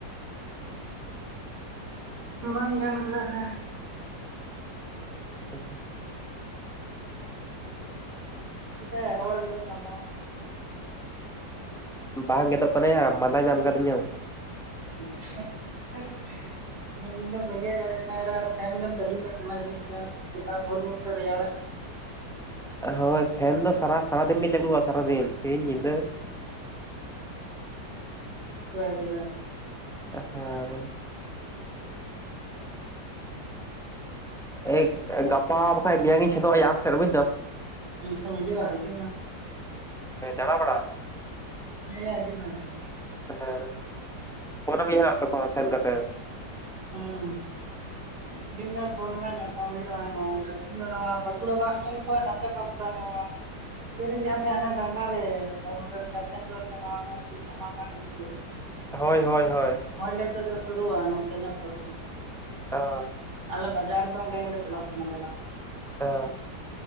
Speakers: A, on the right; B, in the centre.
A: ᱵᱟᱹᱧ ᱜᱟᱱ ᱠᱟᱫᱟ <unintelligible>
B: <unintelligible>
A: ᱪᱤᱠᱟᱭᱟ ᱨᱚᱲ ᱜᱮᱫᱚᱜ ᱠᱟᱱ ᱛᱟᱢᱟ?
B: ᱵᱟᱝ ᱜᱮᱫᱚᱜ ᱠᱟᱱᱟᱭᱟ ᱢᱟᱫᱟ ᱧᱟᱢ ᱠᱟᱫᱤᱧᱟ᱾
A: <unintelligible> ᱢᱤᱫ ᱧᱤᱫᱮᱢ ᱵᱮᱸᱜᱮᱫ ᱠᱟᱜ ᱠᱟᱱᱟ ᱟᱨ ᱯᱷᱮᱱ ᱮᱢ ᱪᱟᱹᱞᱩ ᱠᱟᱜ ᱠᱟᱱᱟ ᱡᱟᱹᱱᱤᱱ ᱪᱚ? ᱥᱮᱛᱟᱜ ᱵᱷᱳᱨ ᱵᱷᱳᱨ ᱛᱮ ᱨᱮᱭᱟᱲ ᱠᱟᱱᱟ᱾
B: ᱦᱳᱭ ᱯᱷᱮᱱ ᱫᱚ ᱥᱟᱨᱟᱫᱤᱱ ᱜᱮ ᱪᱟᱹᱞᱩᱜᱼᱟ ᱥᱟᱨᱟᱫᱤᱱ ᱥᱤᱧ ᱧᱤᱫᱟᱹ,
A: <unintelligible>
B: ᱦᱳᱭ ᱮᱭ ᱜᱟᱯᱟ ᱵᱟᱠᱷᱟᱱ ᱢᱮᱭᱟᱝᱤᱧ ᱯᱷᱮᱫᱚᱜᱼᱟᱭᱟ ᱟᱢᱥᱮᱫ ᱵᱩᱡᱽ ᱫᱟᱢ᱾
A: ᱛᱤᱥ ᱮᱢ ᱦᱤᱡᱩᱜ ᱟ ᱦᱤᱡᱩᱜᱼᱟ ᱦᱤᱡᱩᱜ ᱢᱮ
B: ᱦᱚᱭ ᱫᱲᱟ ᱵᱟᱲᱟ
A: ᱦᱮᱭᱟ ᱦᱤᱡᱩᱜ ᱢᱮ
B: ᱦᱮᱸ ᱯᱷᱳᱱᱟ ᱢᱮᱭᱟ ᱦᱟᱸᱜ ᱛᱚᱠᱷᱚᱱ ᱥᱮᱱ ᱠᱟᱛᱮ
A: ᱦᱮᱸ <unintelligible> ᱦᱩᱭᱩᱜᱼᱟ ᱱᱚᱣᱟᱧ ᱱᱚᱣᱟ ᱵᱟᱸᱠᱩᱲᱟ ᱢᱟᱥᱴᱮᱱ ᱠᱷᱚᱱ ᱱᱟᱛᱮ ᱢᱟᱥᱴᱮᱱ <unintelligible> ᱥᱮᱨᱮᱧ ᱡᱟᱦᱟᱸ ᱴᱟᱜ ᱦᱟᱱᱟ ᱰᱟᱸᱜᱟ ᱨᱮ ᱟᱢ ᱨᱮᱱ ᱜᱟᱨᱡᱮᱱ ᱠᱚ ᱦᱮᱡ ᱞᱮᱱᱟ <unintelligible> <unintelligible>
B: ᱦᱳᱭ ᱦᱳᱭ ᱦᱳᱭ
A: ᱦᱸᱰᱮ ᱠᱷ ᱫᱚ ᱥᱩᱨᱩᱜᱼᱟ ᱱᱚᱛᱮ ᱧᱚᱜ ᱯᱥᱴ
B: ᱚ
A: ᱟᱞᱮ ᱵᱟᱡᱟᱨ ᱫᱚ ᱚᱸᱰᱮ ᱜᱮᱞᱮ ᱪᱟᱞᱟᱜ ᱠᱟᱱᱟ ᱫᱟᱬᱟᱱ
B: ᱦ